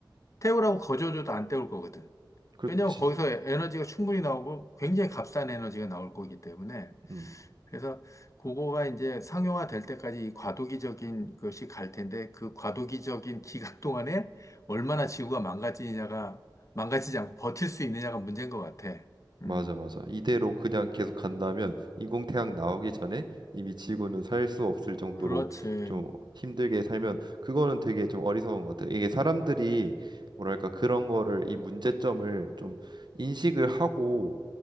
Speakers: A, on the left (about 40°); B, on the right (about 65°).
A: 태우라고 거저줘도 안 태울 거거든.
B: 그렇지.
A: 왜냐하면 거기서 에- 에너지가 충분히 나오고 굉장히 값싼 에너지가 나올 거기 때문에.
B: 음.
A: 그래서 그거가 이제 상용화 될 때까지 이 과도기적인 것이 갈 텐데 그 과도기적인 기간 <laughs> 동안에 얼마나 지구가 망가지냐가 망가지지 않고 버틸 수 있느냐가 문제인 것 같아.
B: 맞아,
A: 음,
B: 맞아. 이대로 그냥 계속 간다면 인공태양 나오기 전에 이미 지구는 살 수 없을 정도로
A: 그렇지,
B: 좀 힘들게 살면 그거는 되게 좀 어리석은 것 같아. 이게 사람들이 뭐랄까 그런 거를 이 문제점을 좀 인식을 하고